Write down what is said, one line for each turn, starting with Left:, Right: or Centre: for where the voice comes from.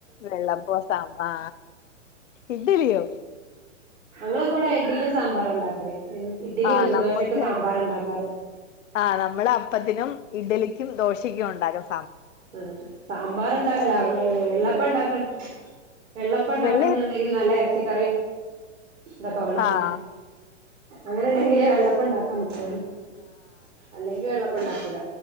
Left: വെള്ളപ്പോം സാമ്പാ ഇഡ്ഡ്ലിയോ
Right: ഞങ്ങളൊക്കെ ഇവിടെ ഇഡ്ഡിലീം സാമ്പാറും ഒണ്ടാക്കല്. ഇ ഇഡ്ഡലി
Left: ആഹ്
Right: ഉഴുന്ന്
Left: നമ്മക്ക്
Right: ദോശക്ക് സാമ്പാറ ണ്ടാക്കാറ്
Left: ആഹ് നമ്മള് അപ്പത്തിനും ഇഡ്ഡലിക്കും ദോശയ്ക്കും ഒണ്ടാക്കും
Right: ആഹ് സാമ്പാറ്ണ്ടാ അല്ല വെള്ളപ്പം ഉണ്ടാക്ക വെള്ളപ്പം ണ്ടാക്കണം
Left: വെള്ള
Right: ന്നുണ്ടെങ്കിൽ നല്ല എറച്ചിക്കറിയും ഇതൊക്കെ വേണം
Left: ആഹ്
Right: അങ്ങനെ ഉണ്ടെങ്കിലേ വെള്ളപ്പം ഉണ്ടാക്കാം <unintelligible> അല്ലെങ്കി വെള്ളപ്പണ്ടാക്കൂല